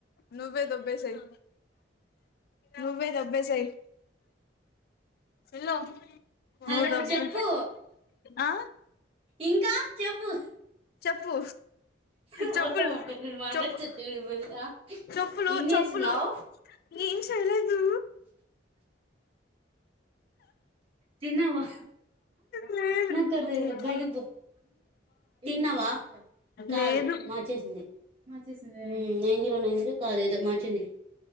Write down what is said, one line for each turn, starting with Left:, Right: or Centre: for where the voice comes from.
Left: నువ్వే దొబ్బేసేయ్ నువ్వే దొబ్బేసేయ్ ఏళ్ళు
Right: హలో
Left: నువు దొబ్బె
Right: చెప్పు
Left: ఆ
Right: ఇంకా చెప్పు
Left: చెప్పు
Right: ఎవరితొ
Left: చెప్పులు
Right: మాట్లాడినట్టు మాట్లాడత
Left: చెప్పు
Right: చూడు ఇప్పుడు ఆ
Left: చెప్పులు
Right: ఏం చేస్తున్నవ్
Left: చెప్పులు ఏం చేయలేదు
Right: తిన్నవా
Left: లేదు
Right: నాకు కూడా తెలీదు బయటకి పొ తిన్నవా అహ్ కాదు
Left: లేదు
Right: మార్చేసింది ఉమ్ నైన్ జీరో నైన్ జీరో కాదు ఎదో మార్చింది